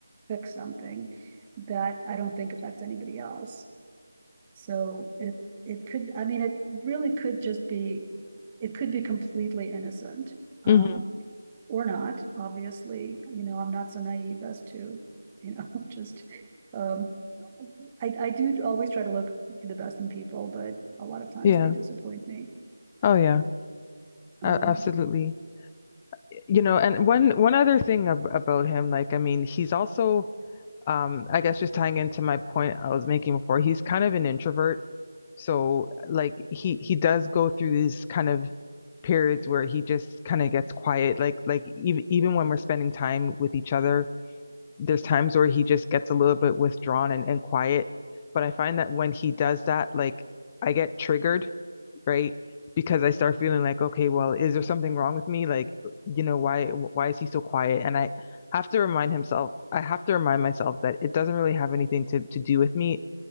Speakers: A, on the right (about 20°); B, on the left (about 15°).
A: fix something that I don't think affects anybody else. So it it could, I mean, it really could just be, it could be completely innocent. Um,
B: hmm
A: or not, obviously, you know, I'm not so naive as to, you know, <laughs> just um I I do always try to look for the best in people, but a lot of times
B: Yeah.
A: they disappoint me.
B: Oh yeah.
A: Um
B: A- absolutely. You know, and one one other thing ab- about him, like I mean, he's also um, I guess just tying into my point I was making before, he's kind of an introvert. So like he he does go through these kind of periods where he just kind of gets quiet. Like like even even when we're spending time with each other, there's times where he just gets a little bit withdrawn and, and quiet. But I find that when he does that, like I get triggered right? Because I start feeling like, okay, well, is there something wrong with me? Like, you know, why why is he so quiet? And I have to remind himself, I have to remind myself that it doesn't really have anything to to do with me.